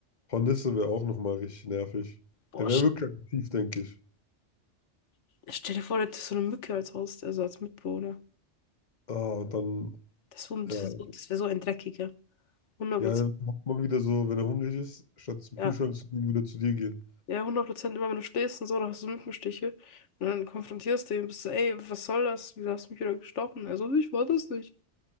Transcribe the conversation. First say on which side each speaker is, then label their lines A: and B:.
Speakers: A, on the left; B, on the left.
A: Hornisse wäre auch nochmal richtig nervig.
B: Boah,
A: Der wäre
B: sch-
A: wirklich aktiv, denke ich.
B: stell dir vor, du hättest so eine Mücke als Haus, also als Mitbewohner.
A: Ah, und dann.
B: Das, ist so- das
A: ja.
B: wär so das wär so ein dreckiger. hundert
A: Ja,
B: Prozent.
A: dann macht man wieder so, wenn er hungrig ist, statt zum
B: Ja,
A: Kühlschrank zu gehen, wieder zu dir gehen.
B: ja, hundert Prozent immer, wenn du schläfst und so, dann hast du so Mückenstiche. Und dann konfrontierst du ihn, bist du, ey, was soll das? Wieso hast du mich wieder gestochen? Also ich war das nicht.